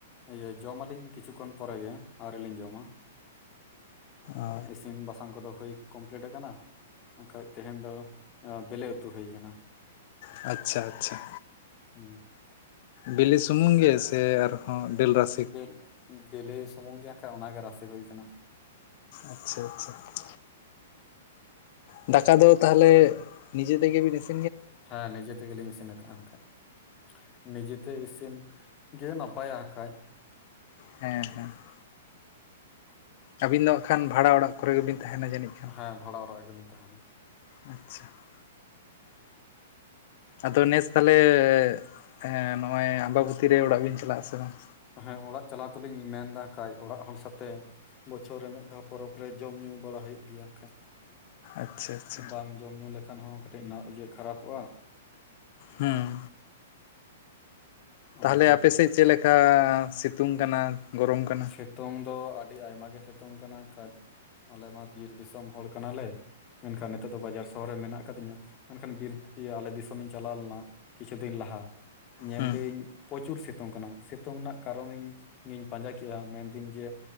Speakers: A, on the left; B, on the left.
A: ᱤᱭᱟᱹ ᱡᱚᱢᱟᱞᱤᱧ ᱠᱤᱪᱷᱩ ᱠᱷᱚᱱ ᱯᱚᱨᱮ ᱜᱮ ᱟᱹᱣᱨᱤ ᱞᱤᱧ ᱡᱚᱢᱟ᱾
B: ᱚ
A: ᱠᱷᱟᱱ ᱤᱥᱤᱱ ᱵᱟᱥᱟᱝ ᱠᱚᱫᱚ ᱦᱳᱭ ᱠᱚᱢᱯᱞᱤᱴ ᱟᱠᱟᱱᱟ ᱾ ᱦᱟᱜ ᱠᱷᱟᱡ ᱛᱮᱦᱮᱱ ᱫᱚ ᱚ ᱵᱮᱞᱮ ᱩᱛᱩ ᱦᱩᱭ ᱠᱟᱱᱟ᱾
B: ᱟᱪᱪᱷᱟ ᱟᱪᱪᱷᱟ,
A: ᱦᱩᱸ
B: ᱵᱤᱞᱤ ᱥᱩᱢᱩᱝ ᱜᱮ ᱥᱮ ᱟᱨᱦᱚᱸ ᱰᱟᱹᱞ ᱨᱟᱥ
A: ᱵᱮᱞ ᱵᱮᱞᱮ ᱥᱩᱢᱩᱝ ᱜᱮ ᱦᱟᱜ ᱠᱷᱟᱡ ᱚᱱᱟᱜᱮ ᱨᱟᱥᱮ ᱦᱩᱭ ᱠᱟᱱᱟ᱾
B: ᱟᱪᱪᱷᱟ, ᱟᱪᱪᱷᱟ ᱾ ᱫᱟᱠᱟ ᱫᱚ ᱛᱟᱦᱚᱞᱮ ᱱᱤᱡᱮ ᱛᱮᱜᱮ ᱵᱤᱱ ᱤᱥᱤ
A: ᱦᱮᱸ, ᱱᱤᱡᱮ ᱛᱮᱜᱮᱞᱤᱧ ᱤᱥᱤᱱ ᱟᱠᱟᱜᱼᱟ ᱦᱟᱜ ᱠᱷᱟᱡ ᱾ ᱱᱤᱡᱮᱛᱮ ᱤᱥᱤᱱ ᱜᱮ ᱱᱟᱯᱟᱭᱟ ᱦᱟᱜ ᱠᱷᱟᱡ ᱾
B: ᱦᱮᱸ, ᱦᱮᱸ ᱾ ᱟᱹᱵᱤᱱ ᱫᱚ ᱦᱟᱸᱜ ᱠᱷᱟᱱ ᱵᱷᱟᱲᱟ ᱚᱲᱟᱜ ᱠᱚᱨᱮ ᱜᱮᱵᱤᱱ ᱛᱟᱦᱮᱱᱟ ᱡᱟᱹᱱᱤᱡ? ᱠᱷᱟᱱ
A: ᱦᱮᱸ, ᱵᱷᱟᱲᱟ ᱚᱲᱟᱜ ᱨᱮᱜᱮᱞᱤᱧ ᱛᱟᱦᱮᱱᱟ ᱾
B: ᱟᱪᱪᱷᱟ ᱾ ᱟᱫᱚ ᱱᱮᱥ ᱛᱟᱦᱞᱮ ᱮᱸ ᱱᱚᱜᱼᱚᱭ ᱟᱢᱵᱟᱵᱚᱛᱤ ᱨᱮ ᱚᱲᱟᱜ ᱵᱮᱱ ᱪᱟᱞᱟᱜ ᱟᱥᱮ ᱵᱟᱝ?
A: ᱦᱮᱸ, ᱚᱲᱟᱜ ᱪᱟᱞᱟᱣ ᱛᱚᱞᱤᱧ ᱢᱮᱱ ᱫᱟ ᱦᱟᱜ ᱠᱷᱟᱡ ᱚᱲᱟᱜ ᱦᱚᱲ ᱥᱟᱛᱮ ᱵᱚᱪᱷᱚᱨ ᱨᱮ ᱢᱤᱫ ᱫᱷᱟᱣ ᱯᱚᱨᱚᱵᱽ ᱨᱮ ᱡᱚᱢᱼ ᱧᱩ ᱵᱟᱲᱟ ᱦᱩᱭᱩᱜ ᱜᱮᱭᱟ ᱦᱟᱜ ᱠᱷᱟᱡ ᱾
B: ᱟᱪᱪᱷᱟ ᱟᱪᱪᱷᱟ
A: ᱵᱟᱝ ᱡᱚᱢ ᱧᱩ ᱞᱮᱠᱷᱟᱱ ᱦᱚᱸ ᱠᱟᱹᱴᱤᱡ ᱱᱟ ᱤᱭᱟᱹ ᱠᱷᱟᱨᱟᱯᱚᱜᱼᱟ ᱾
B: ᱦᱮᱸ ᱾
A: ᱚᱱᱮ
B: ᱛᱟᱦᱚᱞᱮ
A: ᱚᱱᱠᱟ
B: ᱟᱯᱮᱥᱮᱡ ᱪᱮᱫ ᱞᱮᱠᱟ ᱥᱤᱛᱩᱝ ᱠᱟᱱᱟ, ᱜᱚᱨᱚᱢ ᱠᱟᱱᱟ?
A: ᱥᱮᱛᱳᱝ ᱫᱚ ᱟᱹᱰᱤ ᱟᱭᱢᱟ ᱜᱮ ᱥᱮᱛᱳᱝ ᱠᱟᱱᱟ ᱦᱟᱜ ᱠᱷᱟᱡ, ᱟᱞᱮᱢᱟ ᱵᱤᱨ ᱫᱤᱥᱚᱢ ᱦᱚᱲ ᱠᱟᱱᱟᱞᱮ ᱾ ᱢᱮᱱᱠᱷᱟᱱ ᱱᱤᱛᱚᱜ ᱫᱚ ᱵᱟᱡᱟᱨ ᱥᱚᱦᱚᱨ ᱨᱮ ᱢᱮᱱᱟᱜ ᱟᱠᱟᱫᱤᱧᱟ, ᱢᱮᱱᱠᱷᱟᱱ ᱵᱤᱨ ᱤᱭᱟᱹ ᱟᱞᱮ ᱫᱤᱥᱚᱢᱤᱧ ᱪᱟᱞᱟᱣ ᱞᱮᱱᱟ ᱠᱤᱪᱷᱩ ᱫᱤᱱ ᱞᱟᱦᱟ, ᱧᱮᱞᱫᱟᱹᱧ
B: ᱦᱩᱸ
A: ᱯᱚᱪᱩᱨ ᱥᱮᱛᱩᱝ ᱠᱟᱱᱟ ᱥᱮᱛᱩᱝ ᱨᱮᱱᱟᱜ ᱠᱟᱨᱚᱱᱤᱧ ᱤᱧ ᱯᱟᱸᱡᱟ ᱠᱮᱜᱼᱟ ᱢᱮᱱᱫᱟᱹᱧ ᱡᱮ